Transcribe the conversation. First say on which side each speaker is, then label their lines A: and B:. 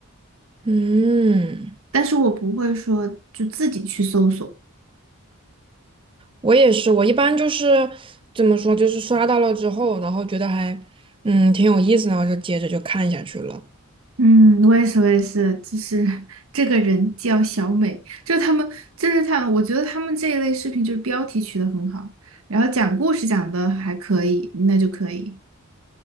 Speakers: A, on the right (about 25°); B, on the right (about 65°).
A: 嗯。
B: 但是我不会说就自己去搜索。
A: 我也是，我一般就是怎么说，就是刷到了之后，然后觉得还嗯挺有意思，然后就接着就看下去了。
B: 嗯，我也是，我也是，就是这个人叫小美，就是他们，就是他们我觉得他们这一类视频就是标题取得很好，然后讲故事讲的还可以，那就可以。